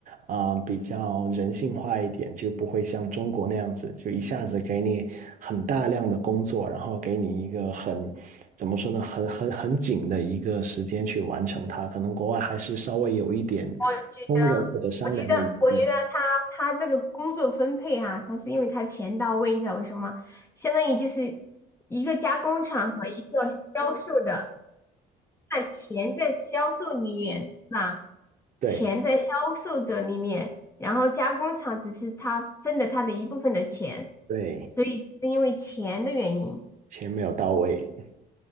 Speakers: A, on the right; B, on the left.
A: 啊、比较人性化一点，就不会像中国那样子，就一下子给你很大量的工作，然后给你一个很怎么说呢，很很很紧的一个时间去完成它。可能国外还是稍微有一点
B: 我觉得。
A: 丰容或者商量的余地，
B: 我觉得，我觉得他他这个工作分配哈、他是因为他钱到位，你知道为什么？相当于就是一个加工厂和一个销售的。那钱在销售里面是吧？
A: 对
B: 钱在销售者里面，然后加工厂只是他分的他的一部分的钱，
A: 对，
B: 所以是因为钱的原因。
A: 钱没有到位。